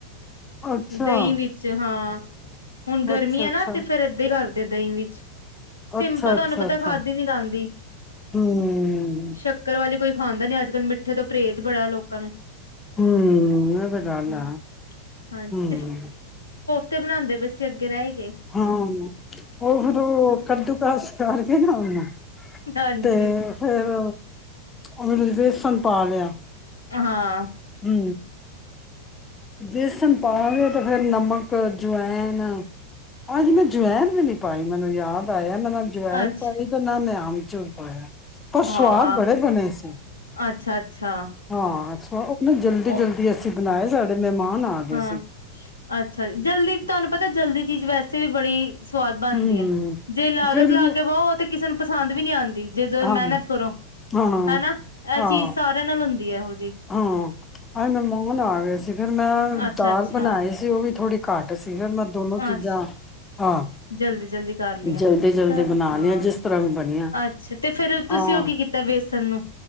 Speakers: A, on the left; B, on the left.
A: ਅੱਛਾ
B: ਦਹੀਂ ਵਿੱਚ ਹਾਂ। ਹੁਣ ਗਰਮੀ
A: ਅੱਛਾ
B: ਆ
A: ਅੱਛਾ
B: ਨਾ ਤੇ ਫਿਰ ਇੱਹਦਾ ਧੇ ਕਰ ਤੇ ਦਹੀਂ ਵਿੱਚ ਸਿੰਪਲ
A: ਅੱਛਾ
B: ਤੁਹਾਨੂੰ
A: ਅੱਛਾ
B: ਪਤਾ
A: ਅੱਛਾ
B: ਖਾਦੀ ਨੀ ਜਾਂਦੀ
A: ਹਮ
B: ਸ਼ੱਕਰ ਵਾਲੀ ਕੋਈ ਖਾਂਦਾ ਨੀ ਅੱਜ ਕੱਲ੍ਹ ਮਿੱਠੇ ਤੋਂ ਪਰਹੇਜ਼ ਬੜਾ ਏ ਲੋਕਾਂ ਨੂੰ
A: ਹੂੰ ਮੈਂ ਬਾਜਾਰ ਜਾਣਾ
B: ਹੂੰ। ਹਾਂਜੀ
A: ਹੂੰ
B: ਤੇ ਬਣਾਦੇ ਪਏ ਸੀ ਰਹਿ ਹੀ ਗਏ।
A: ਹਾਂ ਉਹ ਫਿਰ ਉਹ ਕੱਦੂ ਕਸ ਕਰਕੇ ਨਾ ਉਹ ਓਨਾ
B: ਹਾਂਜੀ
A: ਤੇ ਫੇਰ ਉਹ ਬੇਸਨ ਪਾ ਲਿਆ
B: ਹਾਂ
A: ਹੂੰ ਬੇਸਣ ਪਾ ਕੇ ਤਾਂ ਫੇਰ ਨਮਕ ਜਵਾਇਨ ਅੱਜ ਮੈਂ ਜਵੈਨ ਵੀ ਨੀ ਪਾਈ ਮੈਨੂੰ ਯਾਦ ਆਇਆ ਜਵਇਨ
B: ਅੱਛਾ।
A: ਪਾਈ ਤੇ ਨਾ ਨੇ ਆਮਚੂਰ ਪਾਇਆ ਪਰ
B: ਹਾਂ,
A: ਸਵਾਦ ਬੜੇ ਬਣੇ ਸੀ
B: ਅੱਛਾ-ਅੱਛਾ
A: ਹਾਂ। ਆਹੋ ਨਾ ਜਲਦੀ
B: ਉਹ
A: ਜਲਦੀ ਅਸੀਂ ਬਣਾਏ ਸਾਡੇ ਮਹਿਮਾਨ ਆ ਗਏ
B: ਹਾਂ
A: ਸੀ
B: ਅੱਛਾ ਜਲਦੀ ਤੁਹਾਨੂੰ ਪਤਾ ਜਲਦੀ ਚੀਜ਼ ਵੈਸੇ ਵੀ ਬੜੀ ਸਵਾਦ ਬਣਦੀ
A: ਹੂੰ,
B: ਹੈ ਜੇ ਲਾਗਤ
A: ਫਿਰ
B: ਲਾ
A: ਵੀ
B: ਕੇ ਪਾਓ ਉਹ ਤੇ ਕਿਸੇ ਨੂੰ ਪਸੰਦ ਵੀ ਨਹੀਂ ਆਂਦੀ ਜਦੋਂ
A: ਹਾਂ,
B: ਮਿਹਨਤ ਕਰੋ
A: ਹਾਂ।
B: ਹਨਾ, ਇਹ
A: ਹਾਂ,
B: ਚੀਜ਼ ਸਾਰਿਆਂ ਨਾਲ ਹੁੰਦੀ ਤੀ ਇਹੋ ਦੀ
A: ਹਾਂ। ਹੂੰ, ਹਾਏ ਮੈਂ ਮੰਗਣ ਆ ਗਿਆ ਸੀ ਫੇਰ ਮੈਂ
B: ਅੱਛਾ-ਅੱਛਾ,
A: ਦਾਲ ਬਣਾਈ ਸੀ ਉਹ ਵੀ ਥੋੜੀ ਘਾਟ ਸੀ ਫਿਰ ਮੈਂ ਦੋਨੋ ਚੀਜ਼ਾਂ
B: ਅੱਛਾ
A: ਹਾਂ
B: ਜਲਦੀ-ਜਲਦੀ ਕਰ ਲਿਆ।
A: ਜਲਦੀ
B: ਅੱਛਾ
A: ਜਲਦੀ ਬਣਾ
B: ਹਾਂ,
A: ਲਈਆਂ ਜਿਸ ਤਰ੍ਹਾਂ ਵੀ ਬਣੀਆਂ
B: ਅੱਛਾ ਤੇ ਫੇਰ ਤੁਸੀਂ
A: ਹਾਂ,
B: ਉਹ ਕੀ ਕੀਤਾ ਵੇਸਣ ਨੂੰ